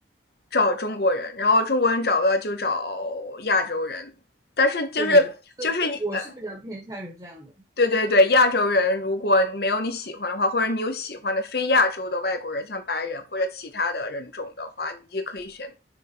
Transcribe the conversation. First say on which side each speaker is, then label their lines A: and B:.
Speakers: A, on the left; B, on the right.
A: 找中国人，然后中国人找不到就找亚洲人。但是就是就是呃，
B: 对，我是这我是比较偏向于这样的，
A: 对对对，亚洲人如果没有你喜欢的话，或者你有喜欢的非亚洲的外国人，像白人或者其他的人种的话，你也可以选。